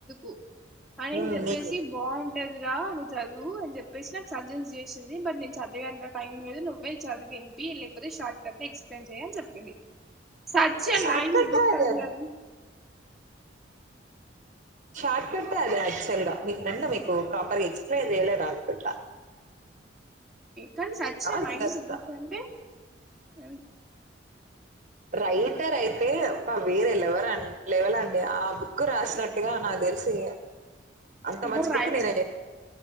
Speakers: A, in the centre; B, on the right.
A: ఉ అనీ
B: హ్మ్.
A: చెప్పేసి
B: నిజం.
A: బాగుంటదిరా నువ్వు చదువు అని చెప్పేసి నాకు చ చేసింది బట్ నేను చదివేంత టైం లేదు నువ్వే చదివి వినిపి లేకపోతే షార్ట్తే ఎక్స్ప్లెయిన్ చేయ అని చెప్పను సచ్ ఏ
B: షార్ట్
A: నైస్
B: కట్టే
A: బుక్
B: అదే
A: అండి అది
B: షార్ట్కట్టే అదే యాక్చువల్ గా మీ ఫ్రెండ్ మీకు ప్రాపర్ గా ఎక్స్ప్లెయిన్ చేయలేదు అనుకుంట
A: కానీ సచ్ ఎ
B: నేను
A: నైస్
B: చూస్తా
A: బుక్ అంటే ఏ
B: రైటర్ అయితే అబ్బా వేరే లెవర్ లెవలండి ఆ బుక్ రాసినట్టుగా నాది కు తెలిసి అంత
A: ఎవరు
B: మంచి బుక్
A: రాయలేరండి
B: నేనే